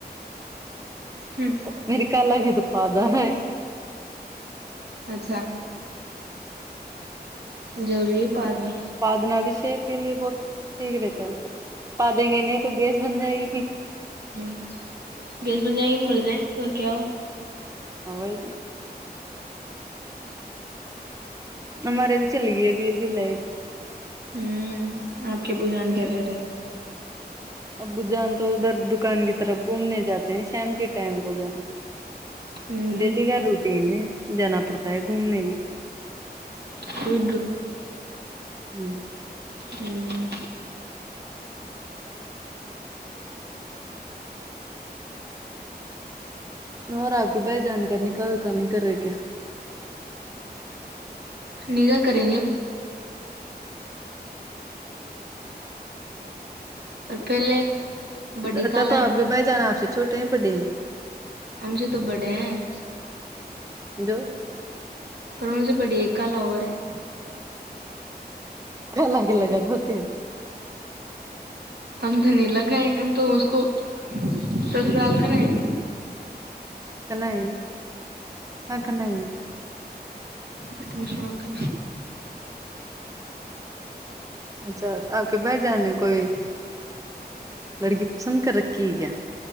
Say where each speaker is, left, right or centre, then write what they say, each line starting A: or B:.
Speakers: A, on the right; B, on the right.
A: ہوں
B: میری کال آگ ت پادار
A: اچھا ضروری ہے پادی
B: پادنابی شیک کے لیے بہت ٹھیک رہتے ہیں ہم پا دیں گے نہیں تو گیس بن جائے گی
A: ہ گیس بن جائیں گی ن مر جائیں گے گ کیا ہو
B: ا وہئی تو ہمارے بھی چلی گئی ابی ابی لائٹ ہی
A: ہوں آپ کے ابوجان کیا کرے
B: ابو جان تو ادھر دکان کی طرف گھومنے جاتے ہیں شام کے ٹائم رو جانا
A: ہیں
B: ڈیلی کا روٹیین ہے جانا پڑتا ہے گھومنے بھی
A: ہ
B: ہ
A: ہوں
B: ہ <unintelligible> اور آپ کے بھائی جان نکح وایکا نہیں کر رہے کیا
A: نگاہ کریں گے اب بلی اور پہلے بڑی
B: اچھا
A: کالا
B: تو
A: ہے
B: آپ کے بھائی جان آپ سے چھوٹے ہیں بڈے ہیں
A: ہم سے تو بڈے ہیں
B: جو
A: پر ان سے بڑی ایک کلا اور رہ ہے
B: ک لگے لگا ہوتے ہیں
A: ہم تو نہیں لگائیں گے ہم تو اس کو سسرال کرائیں گے
B: کناائیں گے ہاں کناائیں گ
A: پٹ ماحڑوم کا
B: اچھا آپ کے بھائی جان نے کوئی لڑکی پسند کر رکھی کیا